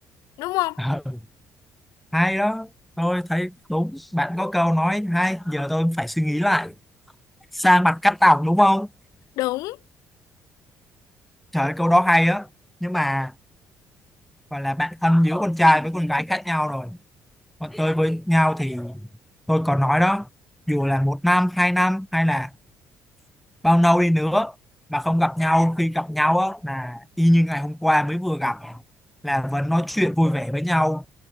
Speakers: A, on the left; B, in the centre.
A: đúng không?
B: Ờ, hay đó tôi thấy đúng bạn có câu nói hay giờ tôi phải suy nghĩ lại xa mặt cắt tóc đúng không
A: Đúng.
B: Trời ơi, câu đó hay á nhưng mà gọi là bạn thân giữa con trai với con gái khác nhau rồi còn tôi với nhau thì tôi còn nói đó dù là một năm hai năm hay là bao lâu đi nữa mà không gặp nhau khi gặp nhau á là y như ngày hôm qua mới vừa gặp là vẫn nói chuyện vui vẻ với nhau